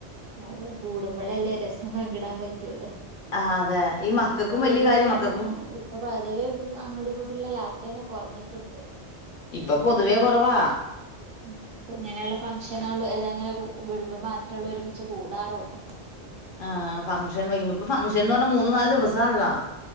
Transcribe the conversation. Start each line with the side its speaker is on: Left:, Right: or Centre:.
Right: അതെ കൂടുമ്പോളല്ലേ രസം പങ്കിടാൻ പറ്റുള്ളൂ.
Left: ആ അതെ. ഈ മക്കൾക്കും
Right: ഇപ്പൊ പൊതുവേ
Left: വലിയ കാര്യം മക്കൾക്കും
Right: ആ ഇപ്പൊ പൊതുവേ അങ്ങോട് ഇങ്ങോട്ടള്ള യാത്രേനെ കുറഞ്ഞിട്ടുണ്ട്.
Left: ഇപ്പൊ പൊതുവേ കുറവാ.
Right: ഉ ഇപ്പ ഇങ്ങനെള്ള ഫംഗ്ഷനുകൾ അല്ല ഇങ്ങനെ വിടുമ്പോ മാത്രള്ളൂ ഒരുമിച്ച് കൂടാറുള്ളൂ.
Left: ആ ഫംഗഷൻ വക്കുമ്പം ഇപ്പ ഫങ്ഷൻ എന്ന് പറഞ്ഞാ മൂന്ന് നാല് ദിവസാണല്ലോ.